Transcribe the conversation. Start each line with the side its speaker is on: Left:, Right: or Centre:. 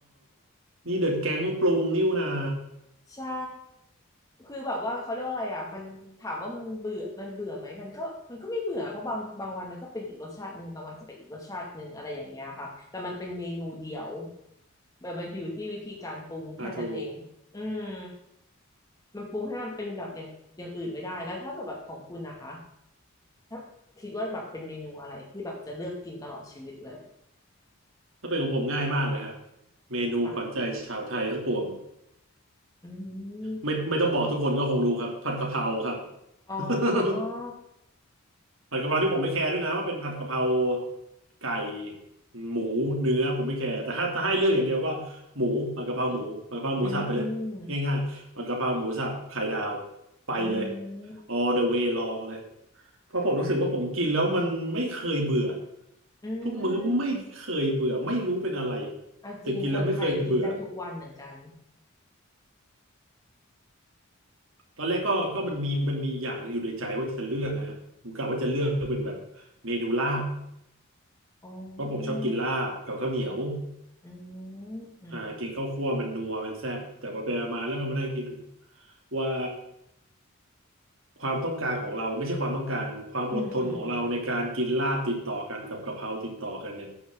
Right: นี่เดอะแก๊งปรุงนิ่วนา
Left: ใช่คือแบบว่าเขาเรียกว่าอะไรอ่ะมันถามว่ามันเบื่อมันเบื่อไหมมันก็มันก็ไม่เบื่อเพราะบางบางวันมันก็เป็นอีกรสชาติหนึ่งบางวันก็เป็นอีกรสชาติหนึ่งอะไรอย่างเงี้ยค่ะแต่มันเป็นเมนูเดียวแบบมันอยู่ที่วิธีการปรุงแค่นั้นเองอืม
Right: อ่าถูก
Left: มันปรุงให้มันเป็นแบบอย่างอย่างอื่นไม่ได้แล้วถ้าแบบแบบของคุณนะคะถ้าคิดว่าแบบเป็นเมนูอะไรที่แบบจะเลือกกินตลอดชีวิตเลย
Right: ถ้าเป็นของผมง่ายมากเลยฮะเมนูขวัญใจชาวไทยทั้งปวง
Left: ค่ะอื
Right: ไม่ไม่ต้องบอกทุกคนก็คงรู้ครับผัดกะเพราครับ
Left: มอ๋อ
Right: <laughs> ผัดกะเพราที่ผมไม่แคร์ด้วยนะว่าเป็นผัดกะเพราไก่หมูเนื้อผมไม่แคร์แต่ถ้าถ้าให้เลือกอย่างเดียวก็หมูผัดกะเพราหมูผัดกะเพราหมูสับไปเลย
Left: อืม
Right: ง่ายๆผัดกะเพราหมูสับไข่ดาวไปเลย
Left: อืม
Right: all the way ลองเลยเพราะผมรู้สึกว่าผมกินแล้วมันไม่เคยเบื่อ
Left: อื
Right: ทุกมื้อไม่เคยเบื่อไม่รู้เป็นอะไร
Left: มอ่ะจริงคนไทยกินได้ทุกวันเหมือนกัน
Right: แต่กินแล้วไม่เคยเบื่อตอนแรกก็ก็มันมีมันมีอย่างหนึงอยู่ในใจว่าจะเลือกนะฮะผมกะว่าจะเลือกเป็นแบบเมนูลาบ
Left: อ๋อ
Right: เพราะผมชอบกินลาบกับข้าวเหนียว
Left: อืม
Right: อ่ากินข้าวคั่วมันนัวมันแซ่บแต่พอไปมาแล้วก็มานั่งคิดดูว่าความต้องการของเราไม่ใช่ความต้องการความอดทนของเราในการกินลาบติดต่อกันกับกะเพราติดต่อกันเนี่ย
Left: อืมอืมอืม